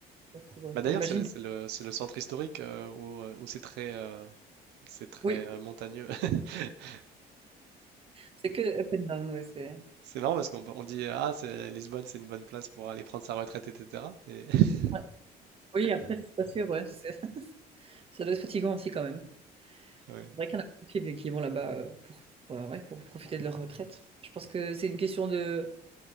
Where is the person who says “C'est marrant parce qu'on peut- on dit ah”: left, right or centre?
Right